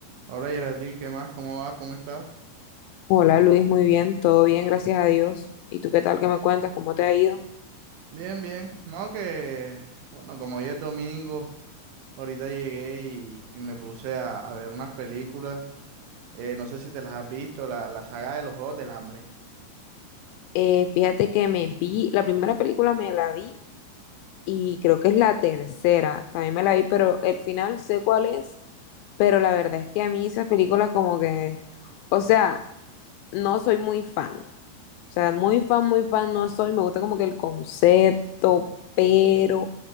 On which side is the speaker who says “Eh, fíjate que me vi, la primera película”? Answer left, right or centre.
Left